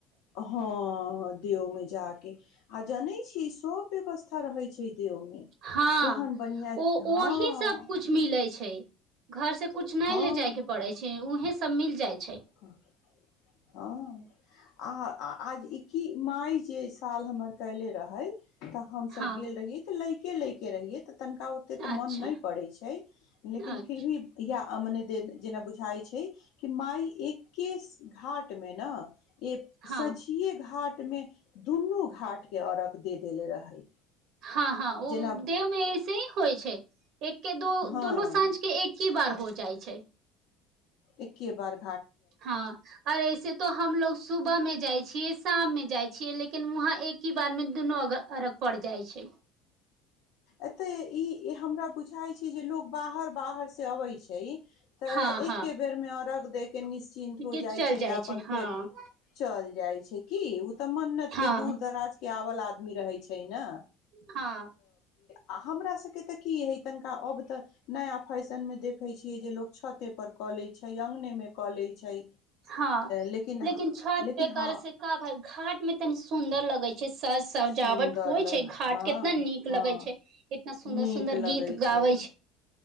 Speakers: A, on the left; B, on the right.
A: हाँ दे में जा के आ जानै छी। सब व्यवस्था रहै छै देव मे
B: हँ
A: एहन बढ़िया
B: ओ ओ
A: हँ
B: वही सब कुछ मिलै छै। घर से कुछ नहि
A: हँ
B: ले जाय के पड़ै छै। उहे सब मिल जाय
A: <inaudible>
B: छै।
A: हँ आ आज ई की माय जे साल हमर कयले रहय तऽ हमसब
B: हँ
A: गेल रहियै तऽ लै के ले के रहिए तऽ तनिका ओते तऽ
B: अच्छा
A: मन नहि पड़े छै। लेकिन
B: अच्छा
A: फिर भी या आ मने दे जेना बुझाई छै। कि माय एक्के घाट मे न एक
B: हँ
A: सझिये घाट में दुनू घाट के अरघ दे देेले रहै
B: हँ हँ ओ
A: जेना
B: देवमे से होइ छै एक के दो
A: हँ
B: दुनू साँझ के एक ही बार हो जाय छै छै
A: एके बारमे
B: हँ आर ऐसे तो हमलोग सुबह मे जाइ छियै शाम मे जाइ छियै लेकिन उहाँ एक ही बार मे दुनू अरघ पड़ जाइ छै
A: एतऽ ई हमरा बुझाइत छै जे लोकोग बाहर बाहर से अबैत छै तऽ
B: हँ हँ
A: एके बेर मे अर्घ दैय के निश्चिन्त हो
B: के
A: जाइ
B: चल
A: छै या अपन
B: हँ
A: फेर चल जाइ छै की त मन्नत
B: हँ
A: के दूर दराज के आवल आद मी रहै छै न
B: हँ
A: आ हमरा सबके त की है तनिका अब त नया फैशन मे देखे छियै जे लोग छते पर क लइ छै अंग्ने क लइ छै
B: हँ
A: लिन
B: लेकिन छत
A: लेकिन
B: पे करे
A: ह
B: से का भेल घाट में तनी सुंदर लगे छै सज सजावट
A: सुन्दर
B: होइ
A: ल
B: छै घाट
A: हँ
B: कितना नीक लगे
A: हँ
B: छै इतना सुंदर
A: नीक
B: सुंदर
A: लगै
B: गीत गाबै
A: छै